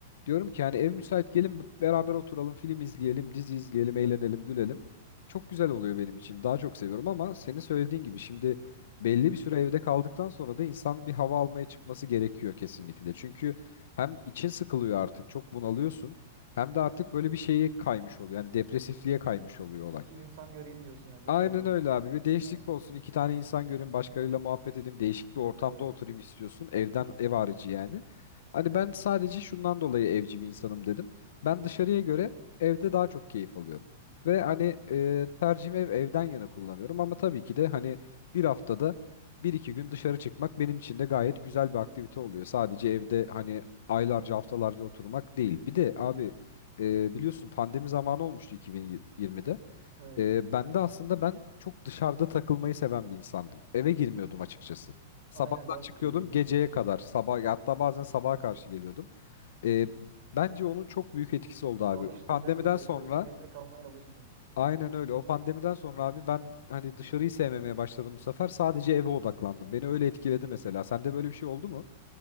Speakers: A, on the left; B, on the right.
A: diyorum ki hani ev müsait gelin b- beraber oturalım, film izleyelim, dizi izleyelim,
B: Süper.
A: eğlenelim, gülelim. Çok güzel oluyor benim için. Daha çok seviyorum ama senin söylediğin gibi şimdi belli bir süre evde kaldıktan sonra da insan bir hava almaya çıkması gerekiyor kesinlikle. Çünkü hem için sıkılıyor artık, çok bunalıyorsun. Hem de artık böyle bir şeye kaymış oluyor. Yani depresifliğe kaymış oluyor
B: Bir
A: olay.
B: iki insan göreyim diyorsun yani dışarıda
A: Aynen öyle
B: bir çıkayım
A: abi.
B: da
A: Bir değişiklik
B: yani.
A: olsun. İki tane insan görün başkalarıyla muhabbet edeyim. Değişik bir ortamda
B: Evet evet.
A: oturayım istiyorsun. Evden ev harici yani. Hani ben sadece şundan dolayı evci bir insanım dedim. Ben dışarıya göre evde daha çok keyif alıyorum. Ve hani e, tercihimi ev, evden yana kullanıyorum. Ama tabii ki de hani bir haftada bir iki gün dışarı çıkmak benim için de gayet güzel bir aktivite oluyor. Sadece evde hani aylarca haftalarca oturmak değil. Bir de abi e, biliyorsun pandemi zamanı olmuştu 2020'de.
B: Evet.
A: Ee, ben de aslında ben çok dışarıda takılmayı seven bir insandım. Eve girmiyordum açıkçası. Sabahtan
B: Aynen ben
A: çıkıyordum
B: de öyleydim
A: geceye
B: ya.
A: kadar.
B: Aha.
A: Sabah hatta bazen sabaha karşı geliyordum. Ee, bence onun çok büyük etkisi oldu abi.
B: Alıştın
A: Pandemiden
B: değil mi? Evde
A: sonra
B: evde kalmaya alıştın.
A: aynen öyle. O pandemiden sonra abi ben hani dışarıyı sevmemeye başladım bu sefer. Sadece eve odaklandım. Beni öyle etkiledi mesela. Sende böyle bir şey oldu mu?